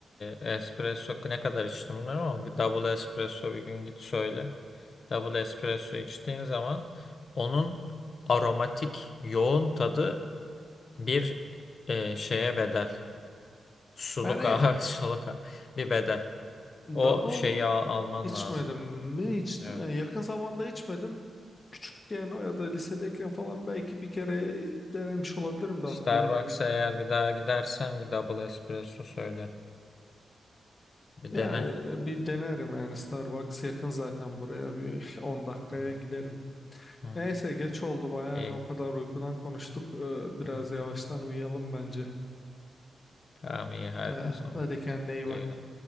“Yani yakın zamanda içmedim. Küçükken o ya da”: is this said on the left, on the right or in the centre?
Left